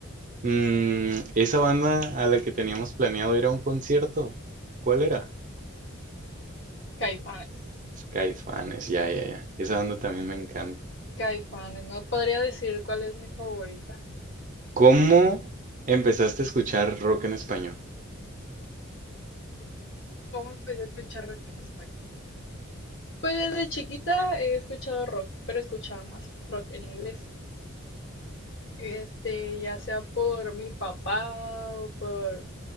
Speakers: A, on the right (about 35°); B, on the left (about 55°).
A: mm, esa banda a la que teníamos planeado ir a un concierto, ¿cuál era?
B: Caifanes,
A: Skyfanes, ya, ya, ya. Esa banda también me encanta.
B: Caifanes, no podría decir cuál es mi favorita.
A: ¿Cómo empezaste a escuchar rock en español?
B: ¿Cómo empecé a escuchar rock en español? Pues desde chiquita he escuchado rock, pero escuchaba más rock en inglés. Este, ya sea por mi papá o por